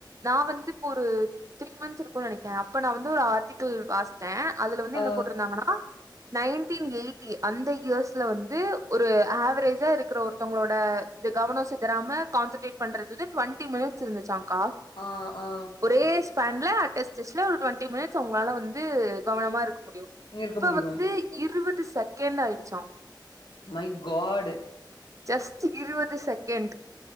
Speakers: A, on the right; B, on the left.
A: நா வந்து இப்ப ஒரு த்ரீ மந்த்ஸ் இருக்குன்னு நெனைக்கேன் அப்ப நா வந்து ஒரு ஆர்டிக்கல் வா ச்ச அதுல வந்து
B: ஆ
A: என்ன போட்டிருந்தாங்கனா நைய்ன்டீன் எயிட்டி அந்த இயர்ஸ்ல வந்து ஒரு ஆவரேஜா இருக்கற ஒருத்தவங்களோட இந்த கவனோ சிதராம கான்சென்ட்ரேட் பண்றது இது ட்வெண்ட்டி மினிட்ஸ் இருந்துச்சாங்க்கா
B: ஆ ஆ
A: ஒரே ஃபேன்ல அட்டெஸ்டெஸ்டில ஒரு டுவெண்டி மினிட்ஸ் அவங்களால வந்து கவனமா இருக்க முடியு
B: இருக்க
A: இப்ப
B: முடியு
A: வந்து இருவது செகண்ட் ஆயிடுச்சா
B: மை காட்
A: ஜஸ்ட்டு இருவது செகண்ட்